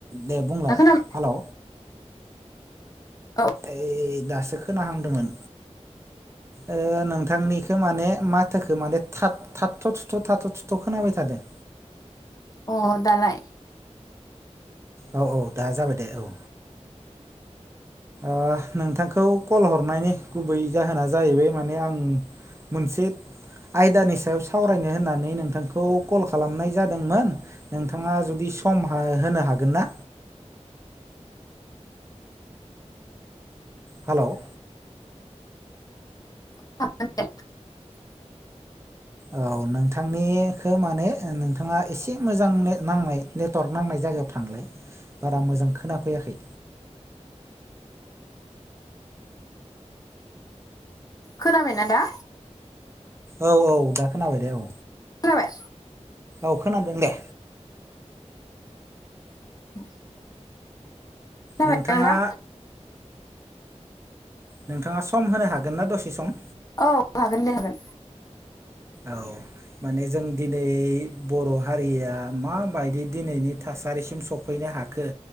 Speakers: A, on the right; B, on the left.
A: दे बुंलाय
B: दा खोनाबाय
A: हेल'
B: औ
A: ऐ दासो खोनाहांदोंमोन। ओ नोंथांनिखौ माने माथोखो माने थाब थाथ' थुथ' थाथ' थुथ' खोनाबाय थादों।
B: अ दालाय?
A: औ औ दा जाबाय दे औ। ओ नोंथांखौ कल हरनायनि गुबै जाहोना जाहैबाय माने आं मोनसे आयदानि सायाव सावरायनो होननानै नोंथांखौ कल खालामनाय जादोंमोन। नोंथाङा जुदि सम हा होनो हागोन ना? हालाव
B: <unintelligible>
A: औ नोंथांनिखो माने ओ नोंथाङा एसे मोजांनो नांनाय नेटवार्क नांनाय जायगायाव थांलाय बारा मोजां खोनाफैयाखै
B: खोनाबायना दा?
A: औ औ दा खोनाबाय दे औ।
B: खोनाबाय?
A: औ खोनादों दे।
B: <inaudible> खोनाबायना
A: नोंथाङा
B: नोंथां
A: नोंथाङा सम होनो हागोन ना दसे सम?
B: औ हागोन दे हागोन।
A: औ माने जों दिनै बर' हारिया माबायदि दिनैनि थासारिसिम सफ फैनो हाखो